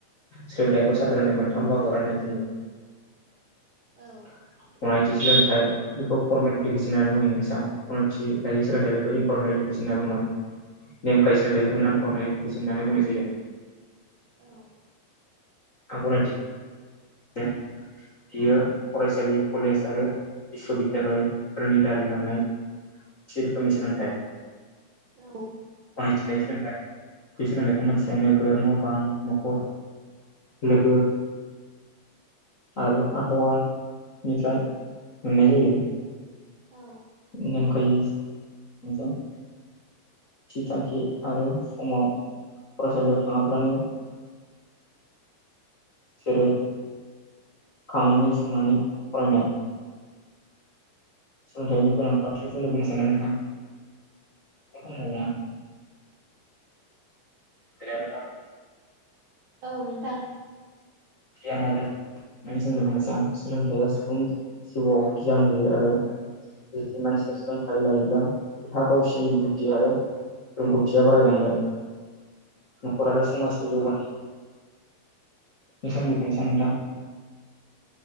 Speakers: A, on the left; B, on the right.
A: सोलोंथाइखौ साधारनै मोनथाम बागाव राननाय जायो।
B: औ
A: थि सोलोंथाइ बेखौ फरमेल इडुकेसन होननानै बुङ इंलिसाव गनायथि लायोै सोलोंथ बेखौ इनरमेल इडुकेस होनना बुङो। <unintelligible> होननानै बुंनाय जायो।
B: औ।
A: आंखौ <unintelligible> बियो फरायसालि कलेज आरो बिस्व' बिद्दालयफोरनि दारै मोननाय। मोनसे रोखोमनि सोलोंथाइ।
B: औ।
A: नायथिनाय सोलोंथाइ बे सोलोंथाइखौ मानसिया नोगोर, न' बां, न'खर लोगो आरो आबहावानिफ्राय मोननाय जायो।
B: औ
A: नेमखाय <unintelligible> थि थांखि आरो समाव फरायसालियाव थाङाब्लानो जेरै खामानि संनानै फरायनाय सोलोंथाइनि गोनांथार <unintelligible> नोंथां? <unintelligible> हेल' नोंथां।
B: औ नोंथां।
A: गियान आरो बेनि सोमोन्दै बुंनोसै आं सोलोंथाइया सुबुं जिउआव गियान होयो आरो जुदि मानसिया सोलोंथाइ लायोब्ला बिहा गावसिनि बुद्धि आरो रोंगौथिया बारायलांगोन, न'खर आरो समाजनि जौगानाय बेनि सोमोन्दै बुंनोसै आं नोंथां।